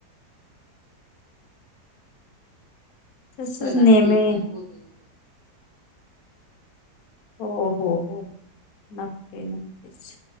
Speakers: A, on the left; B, on the right.
A: तसच
B: चला
A: नेहमी
B: ठीक आहे, बोलूया.
A: हो हो हो, नक्की नक्कीच.